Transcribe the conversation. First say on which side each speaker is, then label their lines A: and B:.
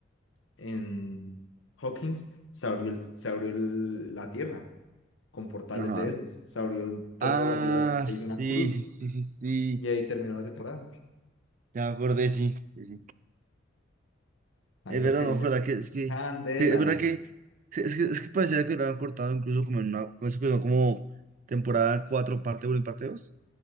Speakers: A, on the left (about 85°); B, on the right (about 40°).
A: en Hawkins se abrió, el- se abrió el- la tierra con portales
B: Ajá.
A: de esos, se abrió por
B: Ah,
A: toda la ciudad, se
B: sí,
A: hizo una cruz
B: sí, sí, sí, sí.
A: y ahí terminó la temporada.
B: Ya me acordé, sí, sí, sí.
A: Ahí
B: Es
A: lo
B: verdad,
A: que viene
B: no me acuerdo
A: es
B: que es que,
A: candela.
B: que es verdad que sí, es que, es que parecía que lo habían cortado incluso como en una como eso que son como temporada 4 parte uno y parte 2